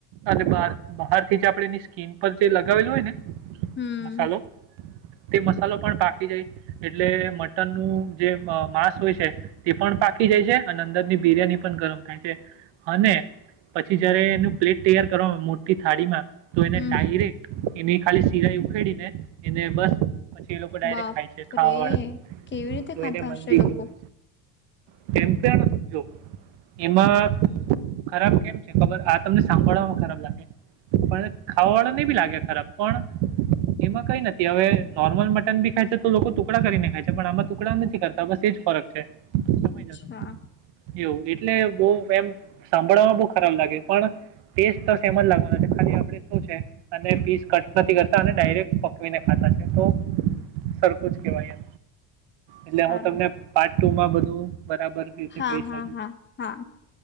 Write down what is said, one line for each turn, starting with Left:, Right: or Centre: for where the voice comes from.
Right: અને બાર બહાર થી જ આપડ એની સ્કીન પર જે લગાવેલું હોય ને
Left: હમ
Right: મસાલો તે મસાલો પણ પાકી જાય એટલે મટન નું જે માંસ હોય છે. તે પણ પાકી જાય છે અને અંદર ની બિરિયાની પણ ગરમ અને પછી જયારે એનું પ્લેટ તૈયાર કરવાનું મોટી થાળી મા તો એને
Left: હમ
Right: ડાયરેક્ટ એની ખાલી સિરાઈ ઉખેડીને એને બસ પછી એ લોકો ડાયરેક્ટ
Left: બાપરે
Right: ખાય છે ખાવાળ
Left: કેવી રીતે
Right: તો
Left: ખાતા
Right: એને મંદી
Left: હશે લોકો
Right: કેય કેમથીડજ એમાં ખરાબ કેમ છે, ખબર આ તમને સાંભળવામાં ખરાબ લાગે પણ ખાવાવાળો નહી બી લાગે ખરાબ પણ એમાં કઈ નથી હવે નોર્મલ મટન બી ખાય છે તો લોકો ટુકડા કરીને ખાય છે પણ આમાં ટુકડા નથી કરતા બસ એ જ ફરક છે. સમય
Left: અચ્છા
Right: જ એવું એટલે બહ એમ સાંભળવામાં બહ ખરાબ લાગે પણ ટેસ્ટ તો સેમ જ લાગવાનો છે ખાલી આપડે શું છે. અને પીસ કટ નથી કરતા અને ડાયરેક્ટ પકવીને ખાતા છે, તો સરખું જ કેવાય એટલે
Left: સારું
Right: હું તમને પાર્ટ ટુમાં બધું બરાબર રીતે
Left: હા
Right: કહી શકું
Left: હા હા હા